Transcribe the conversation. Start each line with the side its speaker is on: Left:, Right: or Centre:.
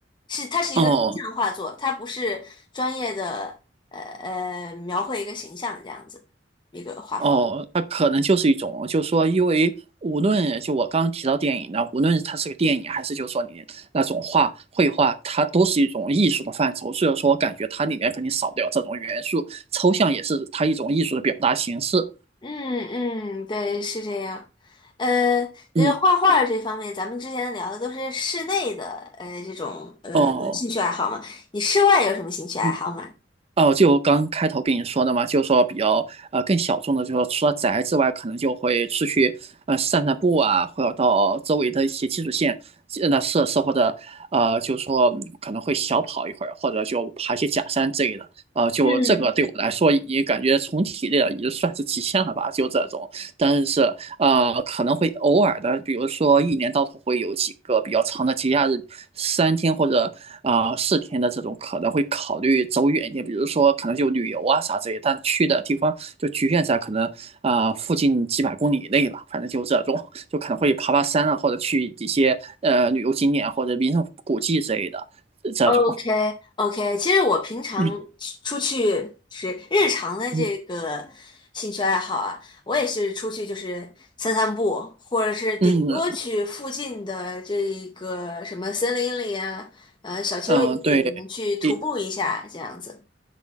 Left: 是它是一个抽象画作，
Right: 哦，
Left: 它不是专业的呃呃描绘一个形象这样子一个画风。
Right: 哦，那可能就是一种，就是说，因为无论就我刚刚提到电影呢，无论它是个电影还是就是说你那种画绘画，它都是一种艺术的范畴，所以说我感觉它里面肯定少不了这种元素，抽象也是它一种艺术的表达形式。
Left: 嗯嗯，对，是这样。呃，就是画画这方面，
Right: 嗯，
Left: 咱们之前聊的都是室内的，呃，这种呃兴趣爱好嘛。
Right: 哦，
Left: 你室外有什么兴趣爱好吗？
Right: 嗯。哦，就刚开头跟你说的嘛，就说比较呃更小众的，就是说除了宅之外，可能就会出去呃散散步啊，或者到周围的一些基础线呃那设施，或者呃就是说嗯可能会小跑一会儿，或者就爬一些假山之类的。呃，就这个对我来说，
Left: 嗯，
Right: 也感觉从体力的已经算是极限了吧，就这种。但是呃，可能会偶尔的，比如说一年到头会有几个比较长的节假日，三天或者啊、呃四天的这种，可能会考虑走远一点，比如说可能就旅游啊啥之类的但去的地方就局限在可能啊、呃附近几百公里以内吧，反正就这种，就可能会爬爬山啊，或者去一些呃旅游景点或者名胜古迹之类的这种。
Left: OK OK，其实我平常
Right: 嗯
Left: 出去就是日常的这个兴趣爱好啊，
Right: 嗯
Left: 我也是出去就是散散步，或者是顶多去附近的这个什么森林里啊，
Right: 嗯
Left: 呃小丘陵里面去徒步一下这样子。
Right: 嗯，呃对。一